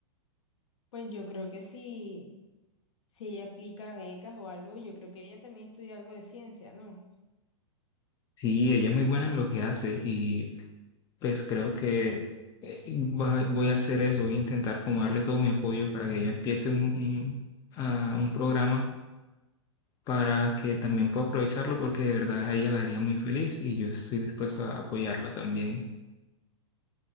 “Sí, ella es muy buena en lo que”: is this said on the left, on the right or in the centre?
Left